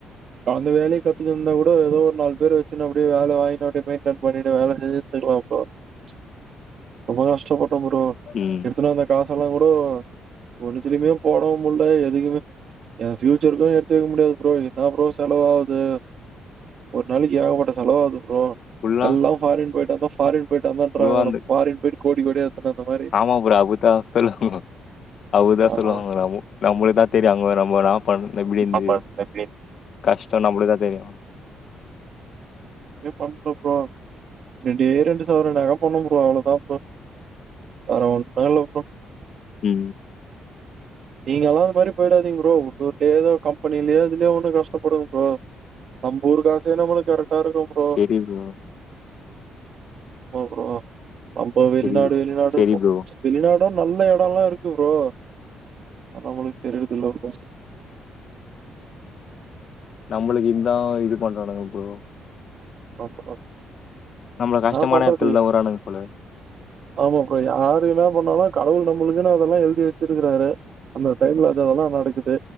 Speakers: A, on the right; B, on the left.
A: அந்த வேலைய கத்துக்கட்டு இருந்தா கூட ஏதோ ஒரு நாலு பேரு வச்சு அப்டியே வேல வாங்கினு அப்டியே மெயின்டென் பண்ணிட்டு வேல செஞ்சு <unintelligible> கஷ்டப்பட்ட ப்ரோ
B: ம்
A: எடுத்துட்வந்த காஷ் ல்லாம் கூட ஒண்ணுத்தலயுமே போடவு முட்ல எதுக்குமே எ ஃபியூச்சருக்கு எடுத்து வைக்க முடியாது ப்ரோ என்ன ப்ரோ செலவாவுது ஒரு நாளைக்கு ஏகப்பட்ட செலவாவுது ப்ரோ
B: ஃபுல்லா
A: எல்லா ஃபாரின் போயி <unintelligible> பாரின் போயட்டுவந்த
B: ப்ரோ அந்த
A: ஃபாரின் போய்டு கோடிக் கோடியா எடுத்துன்னு வந்த மாரி.
B: ஆமா ப்ரோ அபதா சொல்லுவாங்க அபதா
A: ஆ.
B: சொல்லுவாங்க
A: ஆ.
B: நம் நம்மளதா தெரியாங்க நம்மநா ப நபடிந்து
A: ஆமா. எப்படி
B: கஷ்ட நப்பளத தெரிய
A: <unintelligible> பண்ணல ப்ரோ ரெண்டே ரெண்டு சவர நக பண்ணு ப்ரோ அவ்வளதா ப்ரோ வேர ஒன்னு இல்ல ப்ரோ
B: உ
A: நீங்க எல்லா அந்த மாரக போயிடாதீங் ப்ரோ உள்ளர்லயே ஏதோ கம்பெனிலேயோ இதுலயே ஒண்ணு கஷ்டப்படுங்க ப்ரோ நம்ம ஊரு காசே நம்மளுக்கு கர ட்டா இருக்க ப்ரோ
B: சரி ப்ரோ
A: ஆ ப்ரோ நம்ப வெளிநாடு
B: சரி ப்ரோ
A: வெளிநாடு
B: சரி
A: ருப்போ
B: ப்ரோ
A: வெளிநாட் ன்னு நல்ல இடம்ல்லா இருக்கு ப்ரோ ஆண்ணாமளுக்கு தெரிடுதல்லருக்கு
B: நம்மளுக்கு இந் தா இது பண்றானுங்க ப்ரோ
A: ஆமா ஆ
B: நம்மள கஷ்டமான
A: நா பண்றது
B: எடத்துல தா உடுறானுங்க போல
A: ஆமாப்புறோ யாரு என்ன பண்ணாலு கடவுள் நம்மளுக்குன்னு அதெல்லா எலுதி வச்சிருக்கிறாரு அந்த டைம்ல அத தெல்லா நடக்குது